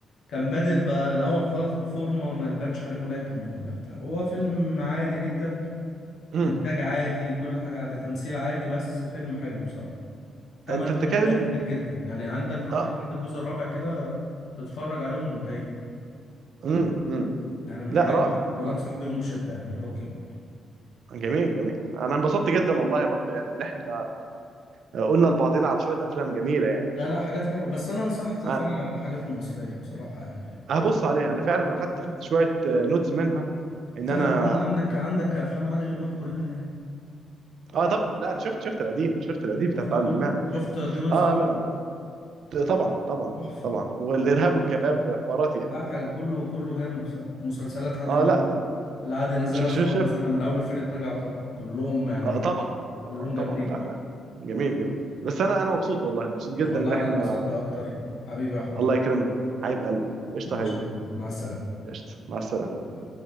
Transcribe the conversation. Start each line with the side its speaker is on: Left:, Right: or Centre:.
Left: كان بادئ بقى الأول خالص بفورمة ما يبانش عليه ملاكم ولا بتاع هو فيلم عادي جدا
Right: امم
Left: إنتاج عادي كل حاجة عادي تمثيل عادي بس فيلم حلو بصراحة اتعمل
Right: انت بتتكلم
Left: منه أجزاء
Right: ممكن
Left: كتير جدا يعني عندك روكي
Right: اه
Left: لحد الجزء الرابع كده تتفرج عليهم ممتعين
Right: امم امم
Left: يعني من
Right: لا
Left: الحاجات
Right: رائع
Left: اللي
Right: رائع
Left: أنصح بيهم بشدة يعني روكي برضو
Right: جميل جميل انا انبسطت جدا والله برضو يعني ان احنا آه، قلنا لبعضنا على شوية افلام جميلة يعني
Left: لا لا حاجات حلوة بس أنا أنصحك تتفرج
Right: آه،
Left: على الحاجات المصرية بصراحة يعني
Right: هبص عليها انا فعلا اخدت اخدت شوية نوتس منها ان
Left: لا
Right: انا
Left: يعني عن- عندك عندك أفلام عادل إمام كلها يعني
Right: اه طبعا لا انا شفت شفت القديم شفت القديم بتاع
Left: شفت
Right: عادل
Left: كله
Right: امام
Left: شفت
Right: يعني
Left: طيور الظلام
Right: اه لا طبعا طبعا
Left: تحفة
Right: طبعا والارهاب والكباب وحوارات يعني
Left: لا حاجة
Right: ف...
Left: كله كله جامد بصراحة ومسلسلات عادل
Right: اه
Left: إمام
Right: لا لا
Left: اللي عادي نزلها
Right: شوف
Left: سنة
Right: شوف شوف
Left: ورا سنة من أول فرقة ناجي عطا الله كلهم يعني
Right: آه طبعا طبعا
Left: كلهم
Right: طبعا
Left: جامدين
Right: لا لا جميل جميل بس انا انا مبسوط والله مبسوط جدا
Left: والله
Right: ان احنا
Left: أنا اتبسطت أكتر حبيبي يا حوده
Right: الله يكرمك حبيب قلبي قشطه
Left: ماشي
Right: حبيبي
Left: يا حوده مع السلامة
Right: قشطه مع السلامه
Left: لا.